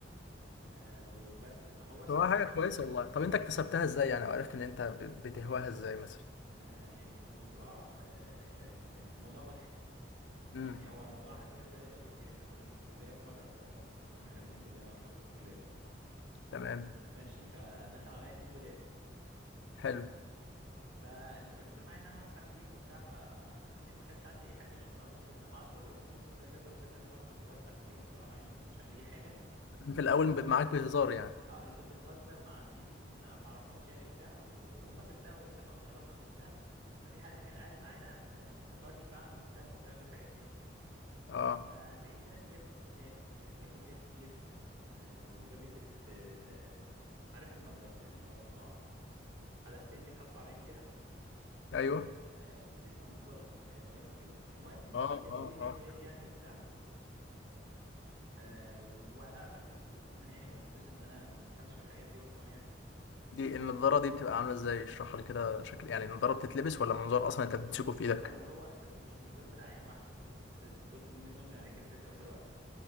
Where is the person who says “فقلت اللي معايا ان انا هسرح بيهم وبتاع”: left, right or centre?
Right